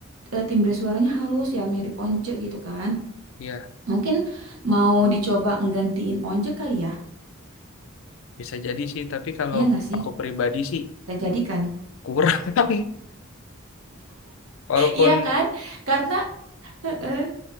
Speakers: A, on the right (about 85°); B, on the left (about 65°).
A: eh, timbre suaranya halus ya, mirip Once gitu kan.
B: Ya
A: Mungkin mau dicoba nggantiin Once kali ya.
B: bisa jadi sih. Tapi kalau
A: Iya nggak sih?
B: aku pribadi sih
A: Kita jadikan.
B: kurang. <laughs> Walaupun
A: Iya kan? Karena Heeh.